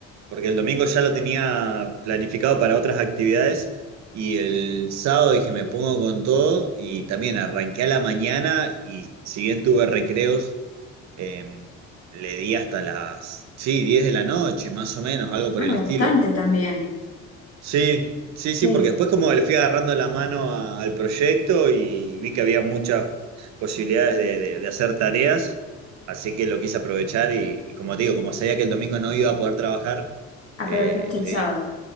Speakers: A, on the right; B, on the left.
A: porque el domingo ya lo tenía planificado para otras actividades y el sábado dije me pongo con todo y también arranqué a la mañana y si bien tuve recreos, eh, le di hasta las, sí, 10 de la noche, más o menos, algo por
B: Ah,
A: el
B: bastante
A: estilo.
B: también.
A: Sí, sí,
B: Sí,
A: sí, porque después como le fui agarrando la mano a- al proyecto y vi que había muchas posibilidades de, de- de hacer tareas, así que lo quise aprovechar y, y como te digo, como sabía que el domingo no iba a poder trabajar,
B: aprovechaste
A: eh, le
B: el sábado.
A: di...